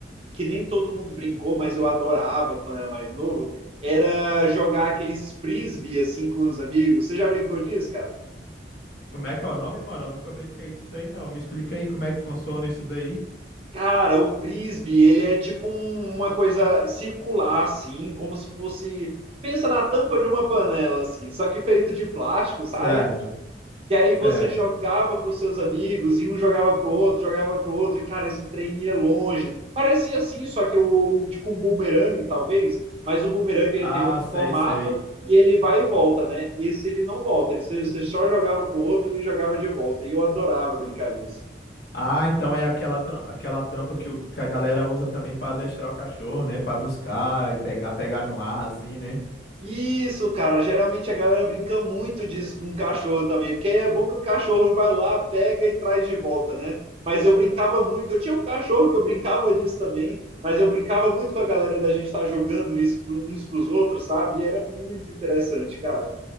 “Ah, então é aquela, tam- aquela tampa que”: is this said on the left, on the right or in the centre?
Left